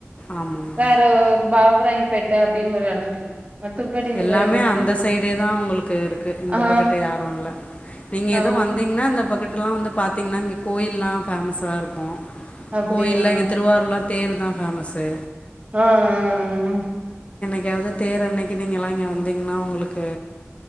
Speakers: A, on the left; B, on the right.
A: ஆமாம்
B: வேற ஒரு பாவ் ப்பராயம்பேட்ட அப்டின்னு ஒரு எடந் தெரியு மத்தபடி இந்த
A: எல்லாமே
B: எடம்
A: அந்த
B: தெரியு
A: சைடேதா உங்களுக்கு இருக்கு இந்த
B: ஆ
A: பக்கட்டு யாரு இல்ல நீங்க எதோ
B: ஆமா
A: வந்தீங்ன்னா இந்த பக்கட்டுல்லா வந்து பாத்திங்ன்னா இங்கே கோயில்லா ஃபேமஸ்ஸா இருக்கு
B: அப்டியா
A: கோயில்ல இங்க திருவாரூர்லா தேரு தா ஃபேமஸ்ஸு
B: அ அ ஆ
A: எங்கையாவது தேரண்னைக்கு நீங்கெல்லா இங்க வந்தீங்ன்னா உங்களுக்கு